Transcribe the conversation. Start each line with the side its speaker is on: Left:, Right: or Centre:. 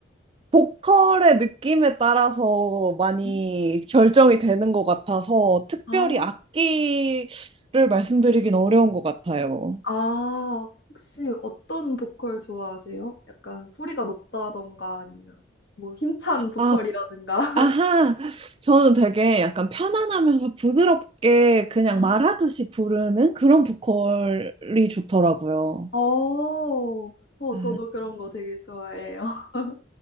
Right: 보컬의 느낌에 따라서 많이
Left: 음.
Right: 결정이 되는 것 같아서 특별히
Left: 아.
Right: 악기를 말씀드리긴 어려운 것 같아요.
Left: 아, 혹시 어떤 보컬 좋아하세요? 약간 소리가 높다던가 아니면 뭐 힘찬 보컬이라든가.
Right: 아, 아하. 저는 되게 약간 편안하면서 부드럽게 그냥
Left: <laughs> 아.
Right: 말하듯이 부르는 그런 보컬이 좋더라고요.
Left: 어, 어,
Right: 아,
Left: 저도 그런 거 되게 좋아해요. <laughs>